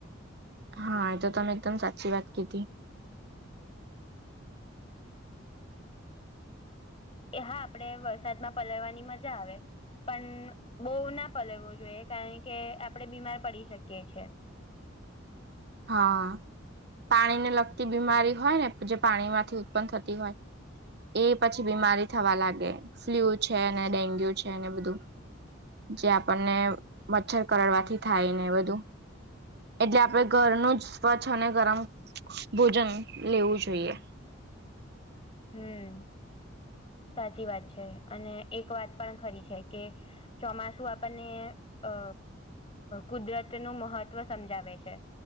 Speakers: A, on the right (about 50°); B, on the left (about 25°).
A: હા, એતો તમે એકદમ સાચી વાત કીધી.
B: એહા આપડે વરસાદમાં પલળવાની મજા આવે. પણ બહુના પલળવો જોઈએ કારણકે આપણેે બીમાર પડી શકીએ છીએ.
A: હા, પાણીને લગતી બીમારી હોય નેજે પાણીમાંથી ઉત્પન થતી હોય. એ પછી બીમારી થવા લાગે ફ્લુ છે, ડેન્ગ્યુ છે, બધું જે આપણને મચ્છર કરડવાથી થાયને, બધું એટલે આપડે ઘરનું જ સ્વચ્છ અને ગરમ ભોજન લેવું જોઈએ
B: હું સાચી વાત છે, અને એક વાત પણ ખરી છે કે ચોમાસું આપણને અ કુદરતનું મહત્વ સમજાવે છે.